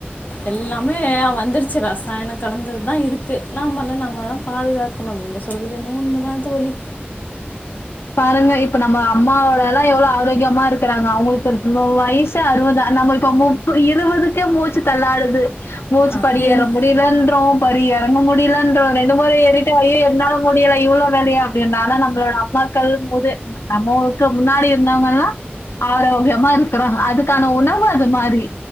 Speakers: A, on the left; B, on the left.
A: எல்லாமே வந்துரு ச்சு ரசாயனம் கலந்தது தா இருக்கு நாம ல நம்ம தான் பாதுகாக் க்கணும் நீங்க சொல்றது என்னமோ உண்மதான் தோழி
B: பாருங்க இப்ப நம்ம அம்மாவோடல்லா எவ்ளோ ஆரோக்கியமா இருக் க்கறாங்க அவுங்களுக்கு இன்னோ வயசு அறுவதா நம்மளு இப்ப முப்ப இருவதுக்கே மூச்சு தள்ளாடுது மூச்சு
A: அது
B: படி
A: என்-
B: ஏற முடியலன்றோம் படி இற <unintelligible> முடிலன்றோம், ரெண்டு மொற எறிட்டு அய்யோ என்னால முடில இவ்ளோ வேலயா அப்டினானா நம் நம்மோளட அம்மாக்கள் முது நம்மளுக்கு முன்னாடி இருந்தவங்கல்லாம் ஆரோக்கியமா இருக்குறோ அதுக்கான உணவு அது மாரி